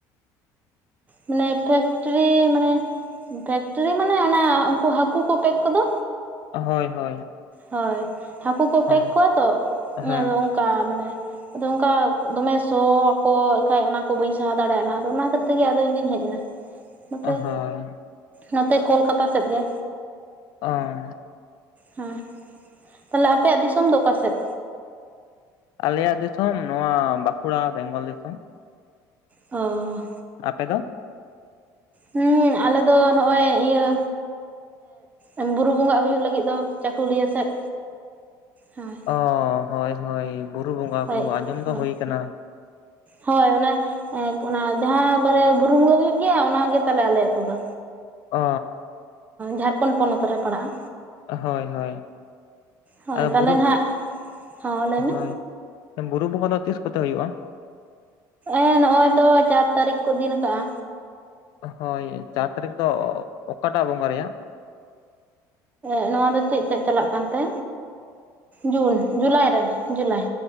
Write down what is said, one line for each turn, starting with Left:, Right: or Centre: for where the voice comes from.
Right: ᱢᱟᱱᱮ ᱯᱷᱮᱠᱴᱨᱤ ᱢᱟᱱᱮ ᱯᱷᱮᱠᱴᱨᱤ ᱢᱟᱱᱮ ᱚᱱᱟ ᱩᱱᱠᱩ ᱦᱟᱹᱠᱩ ᱠᱚ ᱯᱮᱠ ᱠᱚᱫᱚ,
Left: ᱦᱳᱭ ᱦᱳᱭ
Right: ᱦᱳᱭ ᱦᱟᱹᱠᱩ ᱠᱚ
Left: ᱦᱳᱭ,
Right: ᱯᱮᱠ ᱠᱚᱣᱟ ᱛᱚᱫᱚ
Left: ᱦᱮᱸ
Right: ᱚᱱᱠᱟ ᱢᱟᱱᱮ ᱟᱫᱚ ᱚᱱᱠᱟ ᱫᱚᱢᱮ ᱥᱚ ᱟᱠᱚ ᱮᱠᱷᱟᱡ ᱚᱱᱟ ᱠᱚ ᱵᱟᱹᱧ ᱥᱟᱦᱟ ᱫᱟᱲᱮᱭᱟᱜᱼᱟ ᱟᱫᱚ ᱚᱱᱟ ᱠᱷᱟᱹᱛᱤᱨ ᱛᱮᱜᱮ ᱟᱫᱚ ᱤᱧᱫᱚᱧ ᱦᱮᱡ ᱮᱱᱟ᱾ ᱱᱚᱛᱮ,
Left: ᱦᱳᱭ
Right: ᱱᱚᱛᱮ ᱠᱳᱞᱠᱟᱛᱟ ᱥᱮᱫ ᱜᱮ᱾
Left: ᱚ
Right: ᱦᱮᱸ ᱛᱟᱦᱚᱞᱮ ᱟᱯᱮᱭᱟᱜ ᱫᱤᱥᱚᱢ ᱫᱚ ᱚᱠᱟ ᱥᱮᱫ?
Left: ᱟᱞᱮᱭᱟᱜ ᱫᱤᱥᱚᱢ ᱱᱚᱣᱟ ᱵᱟᱸᱠᱩᱲᱟ ᱵᱮᱝᱜᱚᱞ ᱫᱤᱥᱚᱢ᱾
Right: ᱚ
Left: ᱟᱯᱮ ᱫᱚ?
Right: ᱦᱮᱸ ᱟᱞᱮ ᱫᱚ ᱱᱚᱜᱼᱚᱭ ᱤᱭᱟᱹ ᱮᱜ ᱵᱩᱨᱩ ᱵᱚᱸᱜᱟᱜ ᱦᱩᱭᱩᱜ ᱞᱟᱹᱜᱤᱫ ᱫᱚ ᱪᱟᱹᱠᱩᱞᱤᱭᱟᱹ ᱥᱮᱫ ᱦᱚᱭ᱾
Left: ᱚ ᱦᱚᱭ ᱦᱚᱭ ᱵᱩᱨᱩ ᱵᱚᱸᱜᱟ
Right: ᱦᱳᱭ
Left: ᱠᱚ ᱟᱸᱡᱚᱢ
Right: ᱦᱳᱭ
Left: ᱫᱚ ᱦᱩᱭ ᱠᱟᱱᱟ᱾
Right: ᱦᱳᱭ ᱚᱱᱮ ᱮ ᱚᱱᱟ ᱡᱟᱦᱟᱸ ᱵᱟᱨᱮ ᱵᱩᱨᱩ ᱵᱚᱝᱜᱟ ᱦᱩᱭᱩᱜ ᱜᱮᱭᱟ ᱚᱱᱟᱜᱮ ᱛᱟᱞᱮ ᱟᱞᱮ ᱟᱹᱛᱩ ᱫᱚ᱾
Left: ᱚ
Right: ᱡᱷᱟᱲᱠᱷᱚᱸᱰ ᱯᱚᱱᱚᱛ ᱨᱮ ᱯᱟᱲᱟᱜᱼᱟ᱾
Left: ᱦᱳᱭ ᱦᱳᱭ
Right: ᱦᱳᱭ
Left: ᱟᱫᱚ
Right: ᱛᱟᱦᱚᱞᱮ
Left: ᱵᱩᱨᱩ
Right: ᱱᱟᱦᱟᱜ ᱦᱚᱸ ᱞᱟᱹᱭ ᱢᱮ
Left: ᱦᱳᱭ ᱵᱩᱨᱩ ᱵᱚᱸᱜᱟ ᱫᱚ ᱛᱤᱥ ᱠᱚᱛᱮ ᱦᱩᱭᱩᱜᱼᱟ?
Right: ᱮᱸ ᱱᱚᱜ ᱚᱭ ᱛᱚ ᱪᱟᱨ ᱛᱟᱨᱤᱠᱷ ᱠᱚ ᱫᱤᱱ ᱟᱠᱟᱫ-ᱟ᱾
Left: ᱦᱳᱭ ᱪᱟᱨ ᱛᱟᱹᱨᱤᱠᱷ ᱫᱚ ᱚᱠᱟᱴᱟᱜ ᱵᱚᱸᱜᱟ ᱨᱮᱭᱟᱜ?
Right: ᱮ ᱱᱚᱣᱟ ᱫᱚ ᱪᱮᱫ ᱪᱮᱫ ᱪᱟᱞᱟᱜ ᱠᱟᱱ ᱛᱮ ᱡᱩᱱ ᱡᱩᱞᱟᱭ ᱨᱮ ᱡᱩᱞᱟᱭ᱾